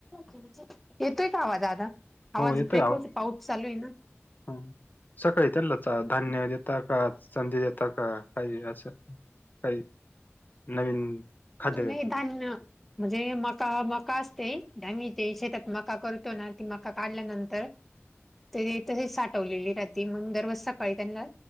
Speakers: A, in the centre; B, on the left (about 40°).
A: ठीक येतोय का आवाज आता
B: हो
A: आवाज
B: येतोय
A: ब्रेक
B: आवा
A: होत पाऊस चालू आहे ना
B: ह सकाळी त्यांलाच धान्य देेत का संधी येतात का काही असं काही नवीन खाद्य
A: नाही
B: देत
A: दान म्हणजे मका मका असते द मी ते शेतात मका करतो ना ती मका काढल्यानंतर तरी तसे साठवलेली रा ते म्हण दरवज सकाळी त्यांना